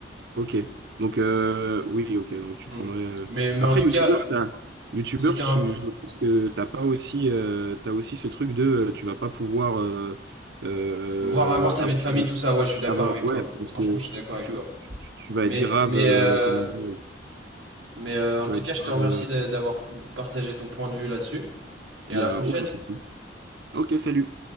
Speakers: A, on the right; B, on the right.
A: Ok. Donc, euh, oui, ok. Donc, tu
B: Hmm.
A: prendrais. euh,
B: Mais, mais
A: Après,
B: en tout
A: youtubeur,
B: cas,
A: t'as... youtubeur,
B: c'était
A: je,
B: un,
A: je pense que t'as pas aussi, euh, t'as aussi ce truc de euh, tu vas pas pouvoir euh, euh,
B: Voir avoir ta
A: avoir,
B: vie de famille, tout ça, ouais, je suis d'accord
A: avoir-
B: avec
A: Ouais,
B: toi.
A: parce
B: Franchement,
A: que
B: je suis d'accord avec
A: tu,
B: toi.
A: tu, tu vas
B: Mais,
A: être grave.
B: mais,
A: euh,
B: euh,
A: comment dire?
B: mais euh, en
A: Tu
B: tout
A: vas être
B: cas, je
A: grave.
B: te remercie
A: euh,
B: de- d'avoir partagé ton point de vue là-dessus. Et
A: Il
B: à la
A: y a
B: prochaine.
A: aucun souci. Ok, salut.